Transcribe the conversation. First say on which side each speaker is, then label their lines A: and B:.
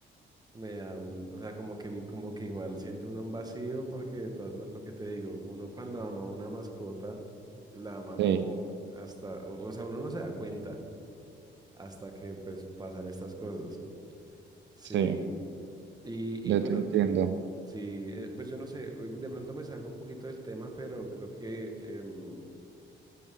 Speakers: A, on the right; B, on the right.
A: me da un, o sea, como que, como que igual siente uno un vacío porque de todas ma- lo que te digo, uno cuando ama una mascota, la ama
B: Sí,
A: como hasta, o, o sea, uno no se da cuenta hasta que pues pasan estas cosas. Sí.
B: sí,
A: Y,
B: yo
A: y bueno,
B: te entiendo.
A: Sí, eh, pues yo no sé, eh, de pronto me salgo un poquito del tema, pero creo que em,